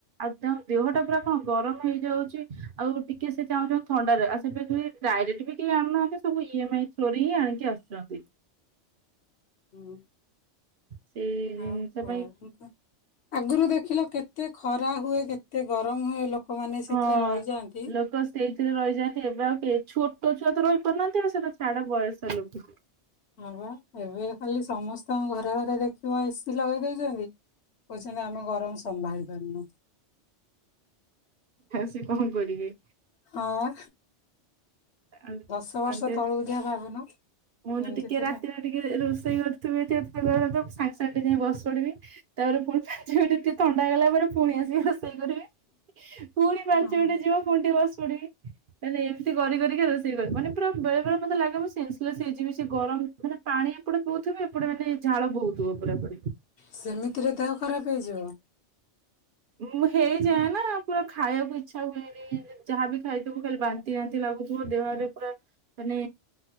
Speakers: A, on the right; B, on the left.
A: ଆଉ ତାଙ୍କ ଦେହଟା ପୁରା କଣ ଗରମ ହେଇଯାଉଛି। ଆଉ ଟିକେ ସେ ଚାହୁଁଛ ଥଣ୍ଡାରେ ଆ ସେ ଡାଇରେକ୍ଟ ବି କେହି ଆଣୁନାହାନ୍ତି ସବୁ ଇ ଏମ ଆଇ ଥ୍ରୋରେ ହିଁ ଆଣିକି ଆସୁଛନ୍ତି।
B: ହୁଁ।
A: ସେଇ ଜିନିଷ
B: ଆଉ କଣ?
A: ପାଇଁ
B: ଆଗରୁ ଦେଖିଲ କେତେ ଖରା ହୁଏ, କେତେ ଗରମ ହୁଏ, ଲୋକ ଲୋକମାନେ
A: ହଁ।
B: ସେଥିରେ ରହିଯାଆନ୍ତି।
A: ଲୋକ ସେଇଥିରେ ରହିଯାନ୍ତି। ଏବେ ଆଉ କେ ଛୋଟ ଛୁଆ ତ ରହିପାରୁନାହାନ୍ତି ଆଉ ସେଇଟା ଛାଡ ବୟସ ଲୋକ।
B: ହ ବା ଏବେ ଖାଲି ସମସ୍ତଙ୍କୁ ଘରେ ଘରେ ଦେଖିବ ଏସିି ଲଗେଇ ଦଉଛନ୍ତି। କହୁଛନ୍ତି ଆମେ ଗରମ ସମ୍ଭାଳିପାରୁନୁ।
A: ସେ କଣ କରିବେ?
B: ହଁ।
A: ଆଉ
B: ବା ଦଶ ବର୍ଷ
A: ମତେ
B: ତଳକୁ ଯା ଭାବୁନ କେମିତି
A: ମୁଁ ତ ଟିକେ
B: ଥିଲା।
A: ରାତିରେ ଟିକେ ରୋଷେଇ ଘରେ ତୁମେ ଏ <unintelligible> ସାଙ୍ଗେ ସାଙ୍ଗ ଯାଇକି ବସି ପଡିବି ତାପରେ ପୁଣି ପାଞ୍ଚ ମିନଟ ଟିକେ ଥଣ୍ଡା ହେଇଗଲା ପରେ ପୁଣି ଆସିକି ରୋଷେଇ କରିବି। ପୁଣି ପାଞ୍ଚ
B: ହଁ।
A: ମିନିଟ ଯିବ ପୁଣି ଟିକେ ବସି ପଡ଼ିବି। ତାହାଲେ ଏମିତି କରି, କରି କରି ରୋଷେଇ କରେ। ମାନେ ପୁରା ବେଳେ ବେଳେ ମତେ ଲାଗ ମୁଁ ସେନ୍ସେଲେସ୍ ହେଇଯିବି ସେ ଗରମ ମାନେ ପାଣି ଏପଟେ ପିଉଥିବି, ଏପଟେ ମାନେ ଝାଳ ବହୁଥିବ ପୁରାପୁରି।
B: ସେମିତିରେ ଦେହ ଖରାପ ହେଇଯିବ।
A: ମୁଁ ହେଇଯାଏ ନା ପୁରା ଖାଇବାକୁ ଇଚ୍ଛା ହୁଏନି, ଯାହା ବିି ଖାଇଥିବୁ ଖାଲି ବାନ୍ତି ବାନ୍ତି ଲାଗୁଥିବ। ଦେହରେ ପୁରା ମାନେ